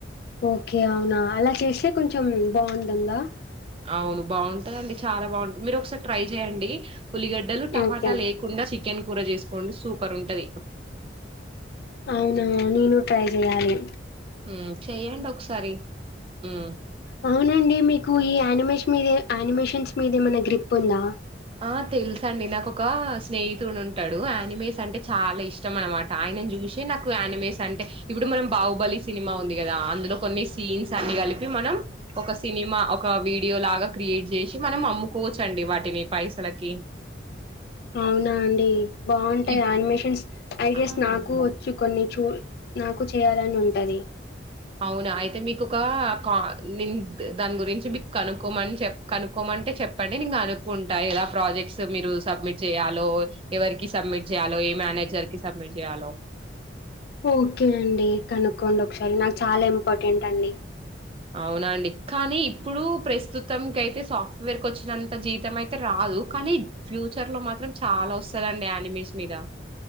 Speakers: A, on the left; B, on the right.
A: ఓకే అవునా అలా చేస్తే కొంచెం బాగుంటుందా
B: అవును బాగుంటదండి చాలా బాగుంటం మీరు ఒకసారి ట్రై చెయండి ఉల్లిగడ్డలు టమాటా
A: ఓకే.
B: లేకుండా చికెన్ కూర చేసుకోండి సూపర్ ఉంటది
A: అవున నేను ట్రై చెయాలే
B: ఉమ్ చెయండి ఒక ఒకసారి ఉమ్
A: అవునండి మీకు ఈ యానిమేస్ మీద యానిమేషన్స్ మీద ఏమైనా గ్రిప్ ఉందా
B: ఆ తెలుసఅండి నాకు ఒక స్నేహితుడు ఉంటాడు ఆనిమేస్ అంటే చాలా ఇష్టం అనమాట ఆయనను చూసి నాకు యానిమేస్ అంటే ఇప్పుడు మనం బాహుబలి సినిమా ఉంది కదా అందులో కొన్ని సీన్స్ అన్ని కలిపి మనం ఒక సినిమా ఒక వీడియో లాగా క్రియేట్ చేసి మనం అమ్ముకోవచ్చండి వాటిని పైసలకి
A: అవునా అండి బాగుంటాయా
B: ఇప్
A: అనిమేషన్స్ ఐ గెస్
B: ఆ
A: నాకు
B: బా
A: వచ్చు కొన్ని చూ నాకు చేయాలని ఉంటది
B: అవునా అయితే మీకు ఒక కా నేన్ ద్ దాని గురించి మీకు కనుకోమని చె కనుక్కకోమంటే చెప్పండి నేన్ కనుకుంటా ఏదా ప్రాజెక్ట్స్ మీరు సబ్మిట్ చేయాలో ఎవరికి సబ్మిట్ చేయాలో ఏ మేనేజర్కి సబ్మిట్ చేయాలో
A: ఓకే అండి కనుక్కోండి ఒకసారి నాకు చాలా ఇంపార్టెంట్ అండి
B: అవునండి కానీ ఇప్పుడు ప్రస్తుతం కైయితే సాఫ్ట్వేర్కి వచ్చినంత జీవితం అయితే రాదు కానీ ఫ్యూచర్ లో మాత్రం చాలా వస్తదండి ఆనిమేస్ మీద